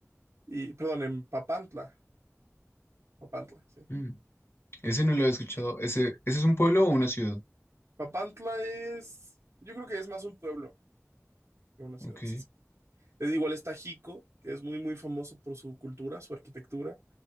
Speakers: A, on the right; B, on the left.
A: y perdón, en Papantla. Papantla, sí.
B: Mm, Ese no lo he escuchado. Ese, ese es un pueblo o una ciudad.
A: Papantla es, yo creo que es más un pueblo que una ciudad,
B: Ok.
A: sí, sí. Es igual está Jico, que es muy, muy famoso por su cultura, su arquitectura.